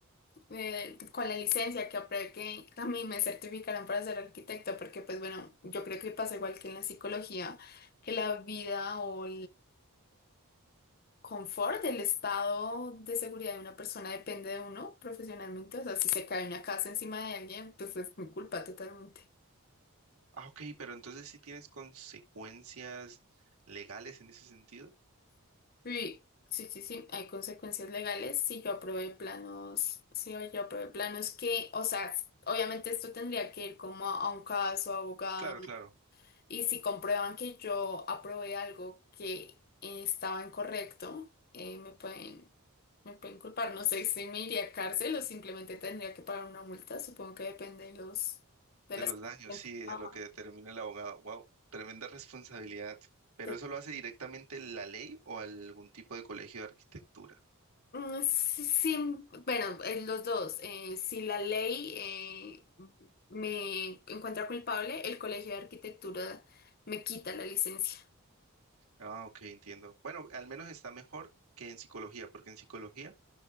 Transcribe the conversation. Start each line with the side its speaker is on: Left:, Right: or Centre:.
Left: Eh, con la licencia que, apre- que a mí me certificaron para ser arquitecto, porque pues bueno, yo creo que pasa igual que en la psicología, que la vida o confort, el estado de seguridad de una persona depende de uno profesionalmente. O sea, si se cae una casa encima de alguien, pues es mi culpa totalmente.
Right: ah, ok, pero entonces sí tienes consecuencias legales en ese sentido.
Left: Sí, sí, sí, sí, hay consecuencias legales si yo aprobé planos, si yo aprobé planos que, o sea, obviamente esto tendría que ir como a un caso, abogados
Right: Claro, claro.
Left: Y si comprueban que yo aprobé algo que eh, estaba incorrecto, eh, me pueden, me pueden culpar. No sé si me iría a cárcel o simplemente tendría que pagar una multa. Supongo que depende de los, de
Right: De
Left: las...
Right: los daños, sí, de
Left: Ah,
Right: lo que determina el abogado. Wow, tremenda responsabilidad. ¿Pero
Left: to-
Right: eso lo hace directamente la ley o algún tipo de colegio de arquitectura?
Left: mm, sí, sí, bueno, eh, los dos. Eh, si la ley eh, me encuentra culpable, el Colegio de Arquitectura me quita la licencia.
Right: Ah, ok, entiendo. Bueno, al menos está mejor que en psicología, porque en psicología